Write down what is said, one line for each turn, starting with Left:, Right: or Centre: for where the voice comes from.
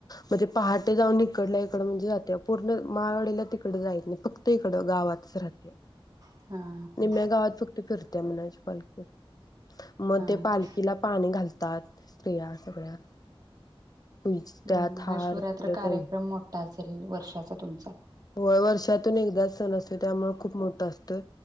Left: म्हणजे पहाटे जाउन इकडल्या इकडं म्हणजे जातंय पूर्ण माळवणीला तिक कुढ जाईत नाही. ईकडं गावातच राहते.
Right: हां हां
Left: निम्म्या गावात फक्त फिरतेय म्हणायची पालखी मग
Right: हां
Left: ते
Right: हां.
Left: पालखीला पाणी घालतात स्त्रिया सगळ्या. पूजतात
Right: हम्म
Left: हार
Right: हा शिवरात्र
Left: फुलं
Right: कार्यक्रम
Left: तेन
Right: मोठ्ठा. करेल वर्षाचा तुमचा.
Left: होय वर्षातून एकदाच सण असतो त्यामुळे खूप मोठा असतो.